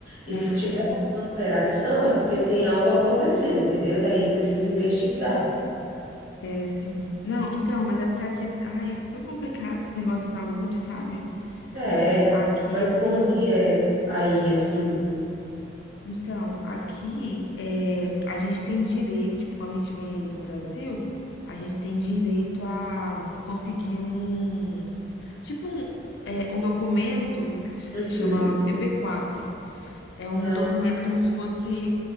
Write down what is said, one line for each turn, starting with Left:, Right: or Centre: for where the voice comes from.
Right: E
Left: Aham.
Right: se tiver alguma alteração, é porque tem algo acontecendo, entendeu? Daí precisa investigar.
Left: É, sim. Não, então, mas é porque aqui é, ai, é tão complicado esse negócio de saúde, sabe?
Right: É,
Left: Aqui,
Right: mas
Left: assim,
Right: como que é aí, assim?
Left: Então, aqui é, a gente tem direito, tipo, quando a gente vem aí do Brasil, a gente tem direito a conseguir um, tipo, um, é, um documento que se
Right: Uhum.
Left: chama pb quatro É um
Right: Ah,
Left: documento como se fosse